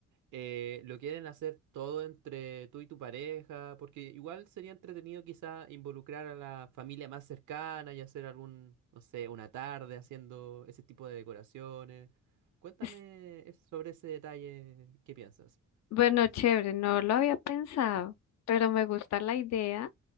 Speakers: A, on the right; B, on the left.
A: eh, lo quieren hacer todo entre tú y tu pareja, porque igual sería entretenido quizá involucrar a la familia más cercana y hacer algún, no sé, una tarde haciendo ese tipo de decoraciones. Cuéntame
B: Es-
A: es- sobre ese detalle, ¿qué piensas?
B: Bueno, chévere, no lo había pensado, pero me gusta la idea,